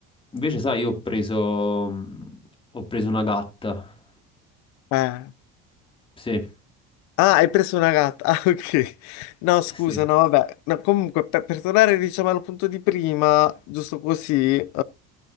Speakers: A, on the left (about 20°); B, on the left (about 70°).
A: Invece, sai, io ho preso, mh, ho preso una gatta,
B: Eh.
A: sì,
B: Ah, hai preso una gatta. <laughs> Ah, ok. No, scusa,
A: sì,
B: no, vabbè. No, comunque, per, per tornare, diciamo, al punto di prima, giusto così, eh,